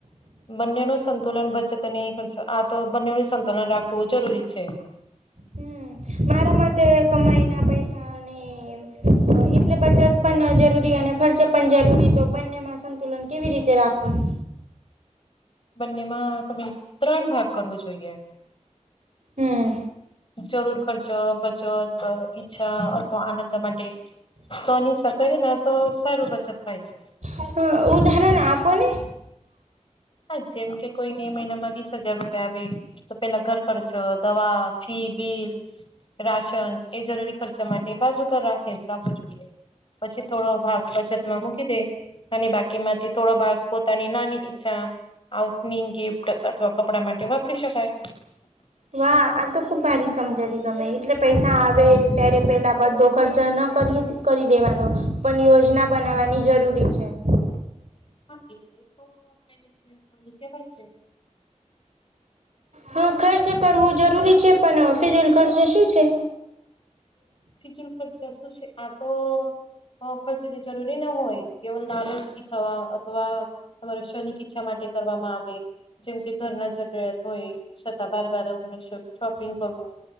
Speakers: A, on the left (about 45°); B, on the right (about 65°).
A: બંને ન સંતુલન બચત નહી પણ આ તો બંનેનું સંતુલન રાખવું જરૂરી છે.
B: હમ મારા માટે કમાઈ ના પૈસા ની એટલે બચત પણ જરૂરી અને ખર્ચે પણ જરૂરી તો બંનેમાં સંતુલન કેવી રીતે રાખવું.
A: બંનેમાં તમેં ત્રણ ભાગ કરવું જોઈએ.
B: હમ
A: જરૂર ખરચો બચત ઈચ્છા અથવા આનંદ માટે તોની સર કરીએ ને તો સારુ બચત થાય છે.
B: અભ ઉદાહરણ આપોને
A: હા જેમ કે કોઈને એ મહિનામાં વીસ હજાર રૂપિયા આવે. તો પેલા ઘર કરજો દવા ફી બિલસ રાશન એ જરૂરી ખર્ચા માટે બાજુ પર રાખે રાખવું જોઈએ. પછી થોડો ભાગ બચતમાં મૂકી દે અને બાકી માંથી થોડો ભાગ પોતાની નાની ઈચ્છા આઉંટની ગિફ્ટ અથવા કપડા માટે વાપરી શકાય.
B: વાહ આ તો ખુબ ભારી સમજાડી તમે એટલે પૈસા આવે ત્યારે પેલા બધો ખર્ચ ન કરી કરી દેવાનો પણ યોજના બનાવવાની જરૂરી છે. <inaudible>
A: હા એને તો મેનેજમેન્ટ કેવાય છે.
B: હા ખર્ચ કરવું જરૂરી છે પણ ફિઝુલ ખર્ચ શું છે.
A: ફિચુલ ખર્ચ શું છે આ તો હ ખર્ચ જે જરૂરી ના હોય કેવ નાલોચી ખાવા અથવા તમારો શોની ઈચ્છા માટે કરવામાં આવે જેમ કે ઘરના જરૂરિયાત હોય છતાં બાર બાર અ શોપિંગ કરવું.